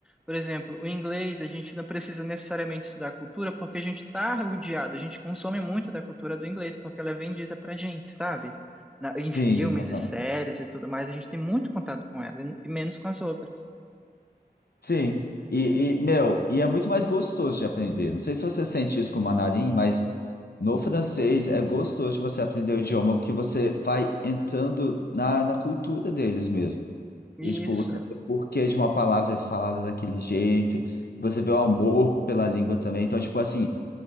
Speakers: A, in the centre; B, on the left (about 70°).
A: Por exemplo, o inglês, a gente não precisa necessariamente estudar a cultura porque a gente está rodeado, a gente consome muito da cultura do inglês porque ela é vendida para gente, sabe? Na- em filmes
B: Sim, exatamente.
A: e séries e tudo mais, a gente tem muito contato com ela e e menos com as outras.
B: Sim. E, e, meu, e é muito mais gostoso de aprender. Não sei se você sente isso com o mandarim, mas no francês é gostoso de você aprender o idioma, porque você vai entrando na, na cultura deles mesmo.
A: Isso.
B: E, tipo, você vê o porquê de uma palavra é falada daquele jeito, você vê o amor pela língua também. Então, tipo assim,